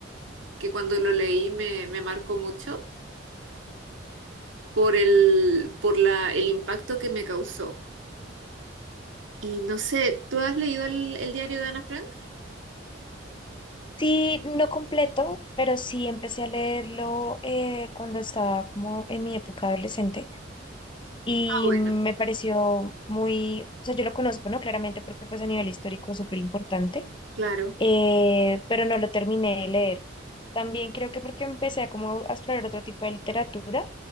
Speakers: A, on the right; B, on the left.
A: que cuando lo leí me, me marcó mucho por el, por la, el impacto que me causó. Y no sé, ¿tú has leído el, el diario de Ana Frank?
B: Sí, no completo, pero sí empecé a leerlo eh, cuando estaba como en mi época adolescente Y
A: Ah, bueno,
B: me pareció muy, o sea, yo lo conozco, ¿no? Claramente porque pues a nivel histórico es súper importante,
A: claro.
B: eh, pero no lo terminé de leer. También creo que porque empecé a como a explorar otro tipo de literatura,